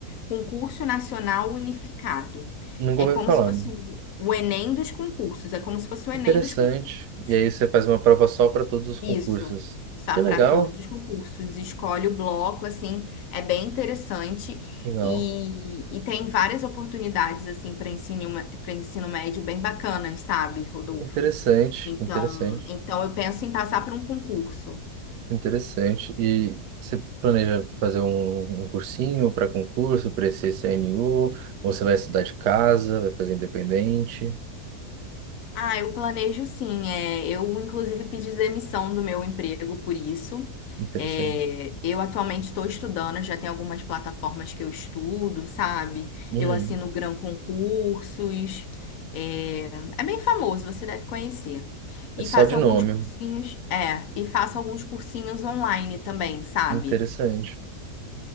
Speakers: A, on the left (about 65°); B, on the right (about 85°).
A: Concurso Nacional Unificado.
B: Nunca
A: É
B: ouvi
A: como
B: falar.
A: se fosse o o Enem dos concursos, é como se fosse o Enem
B: Interessante.
A: dos concursos.
B: E aí você faz uma prova só para todos os concursos.
A: Isso,
B: Que legal.
A: para todos os concursos. Escolhe o bloco, assim, é bem interessante.
B: Legal.
A: E, e tem várias oportunidades, assim, para ensino, para ensino médio bem bacanas, sabe, Rodolfo?
B: Interessante,
A: Então,
B: interessante,
A: então eu penso em passar por um concurso.
B: interessante. E você planeja fazer um, um cursinho para concurso, para esse CNU? Ou você vai estudar de casa, vai fazer independente?
A: Ah, eu planejo sim. É, eu, inclusive, pedi demissão do meu emprego por isso.
B: Interessante.
A: É, eu atualmente estou estudando, já tem algumas plataformas que eu estudo, sabe?
B: Uhum.
A: Eu assino Gran Concursos. É, é bem famoso, você deve conhecer. E
B: É só
A: faço
B: de nome.
A: alguns cursinhos, é, e faço alguns cursinhos online também, sabe?
B: Interessante.